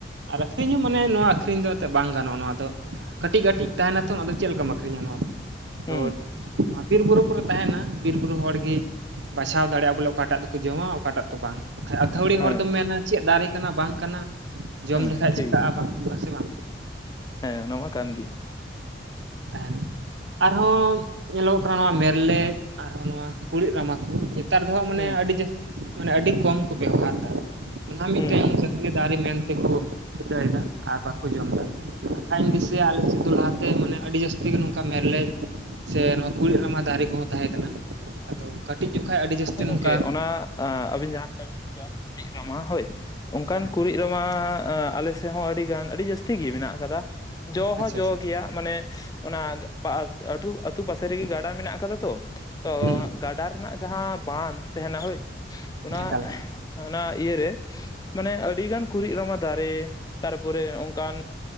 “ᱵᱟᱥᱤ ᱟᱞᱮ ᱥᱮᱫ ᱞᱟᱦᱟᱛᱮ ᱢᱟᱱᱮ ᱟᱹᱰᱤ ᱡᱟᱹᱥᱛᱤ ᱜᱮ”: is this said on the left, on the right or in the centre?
Right